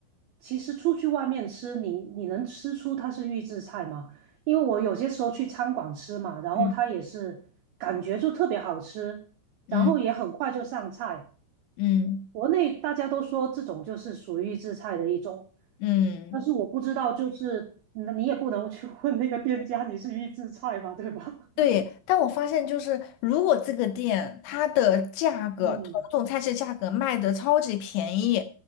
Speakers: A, on the right; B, on the left.
A: 其实出去外面吃，你你能吃出它是预制菜吗？因为我有些时候去餐馆吃嘛，然后它也是感觉就特别好吃，
B: 嗯嗯
A: 然后也很快就上菜。
B: 嗯
A: 国内大家都说这种就是属于预制菜的一种，
B: 嗯，
A: 但是我不知道，就是那你也不能去问那个店家你是预制菜嘛，对吧？
B: 对。但我发现，就是如果这个店它的价格，
A: <laughs> 嗯
B: 同种菜式价格卖的超级便宜，